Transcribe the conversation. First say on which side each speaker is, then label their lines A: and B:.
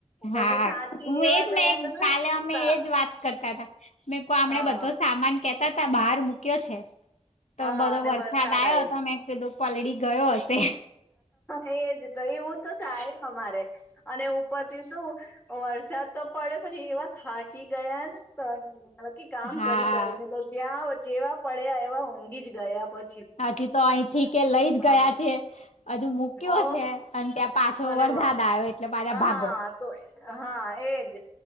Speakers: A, on the left (about 15°); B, on the left (about 80°).
A: ઉપરથી
B: હા,
A: થાકી
B: હું
A: એવા
B: એજ
A: ગયા
B: મેં
A: તો ને
B: કલે અમે
A: સા-
B: એજ વાત કરતા હતા. મે આપણે
A: હા
B: બધો સામાન કેતા હતા બહાર મૂક્યો છે. તો
A: હા
B: બધો
A: અને
B: વરસાદ આવ્યો
A: આઈ
B: હતો મેં કીધું ઓલરેડી ગયો હશે.
A: એજ એવું તો થાય અમારે અને ઉપરથી શું વરસાદ તો પડે પછી એવા થાકી ગયા ને કે કામ
B: હા
A: કરી કરીને તો જ્યાં જેવા પડ્યા, એવા ઊંઘી જ ગયા પછી.
B: હાજી તો અહીથી કે લઈ જ
A: હા
B: ગયા છે. હજુ મૂક્યો
A: ઓ
B: છે, અને ત્યાં પાછો
A: અને
B: વરસાદ આવ્યો એટલે પાછા
A: હા
B: ભાગો.
A: તો હા એજ